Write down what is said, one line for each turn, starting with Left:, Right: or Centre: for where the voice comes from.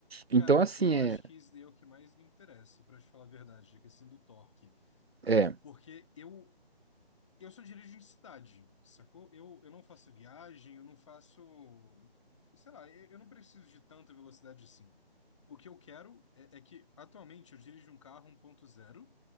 Right: Então,
Left: Cara,
Right: assim,
Left: eu acho
Right: é.
Left: que isso daí é o que mais me interessa, para te falar a verdade, a questão do torque.
Right: É.
Left: Porque eu Eu só dirijo em cidade, sacou? Eu, eu não faço viagem, eu não faço. Sei lá, eu, eu não preciso de tanta velocidade assim. O que eu quero é, é que, atualmente, eu dirijo um carro 1.0